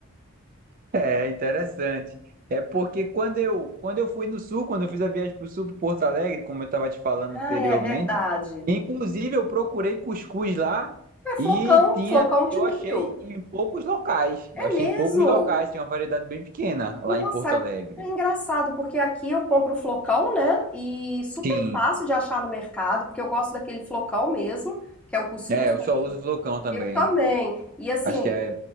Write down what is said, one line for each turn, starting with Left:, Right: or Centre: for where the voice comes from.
Right: É interessante. É porque quando eu, quando eu fui no sul, quando eu fiz a viagem para o sul, para Porto Alegre, como eu estava te falando
Centre: Ah,
Right: anteriormente,
Centre: é verdade.
Right: inclusive eu procurei cuscuz lá
Centre: É flocão,
Right: e tinha,
Centre: flocão de
Right: eu
Centre: milho.
Right: achei em poucos locais. Eu
Centre: É
Right: achei
Centre: mesmo?
Right: em poucos locais, tinha uma variedade bem pequena lá
Centre: Nossa,
Right: em Porto Alegre.
Centre: é engraçado, porque aqui eu compro flocão, né? E super
Right: Sim,
Centre: fácil de achar no mercado, porque eu gosto daquele flocão mesmo, que é o cuscuz
Right: é, eu
Centre: pra
Right: só
Centre: mim.
Right: uso flocão também.
Centre: Eu também. E assim,
Right: Acho que é